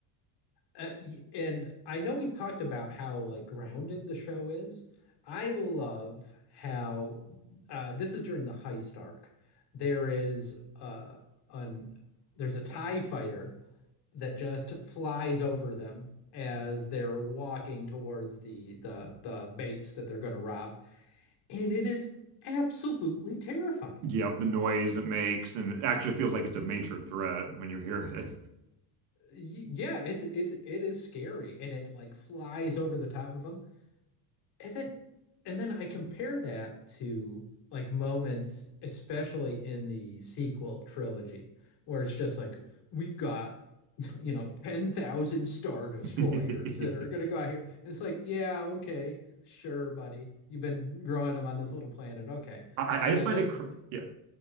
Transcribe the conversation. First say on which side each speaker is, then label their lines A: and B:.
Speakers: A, on the left; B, on the right.
A: Uh, and I know we've talked about how like grounded the show is. I love how uh, this is during the heist arc. There is uh, an there's a TIE fighter that just flies over them as they're walking towards the the the base that they're going to rob, and it is absolutely terrifying.
B: Yep, the noise it makes, and it actually feels like it's a major threat when you hear
A: Y- Yeah, it's it's it is scary, and it like flies over the top of them. And then and then I compare that to like moments, especially in the sequel trilogy, where it's just like we've got, you know, 10,000 Star Destroyers
B: it.
A: that are gonna go out here. It's like, yeah, okay, sure, buddy. You've been growing them on this little planet. Okay.
B: <laughs> I,
A: You
B: I just
A: know,
B: find
A: that's
B: it cr yeah.